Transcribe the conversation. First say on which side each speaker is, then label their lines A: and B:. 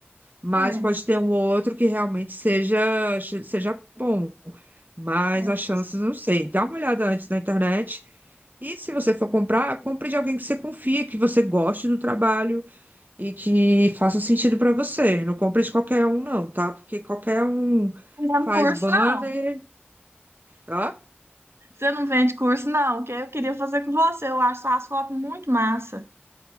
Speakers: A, on the right; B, on the right.
A: Mas
B: É,
A: pode ter um ou outro que realmente seja seja bom. Mas
B: é.
A: as chances, não sei. Dá uma olhada antes na internet. E se você for comprar, compre de alguém que você confia, que você goste do trabalho e que faça sentido para você. Não compre de qualquer um, não, tá? Porque qualquer um
B: Não dá
A: faz
B: curso,
A: banner.
B: não.
A: Ó,
B: Você não vende curso, não, que eu queria fazer com você. Eu acho as fotos muito massa.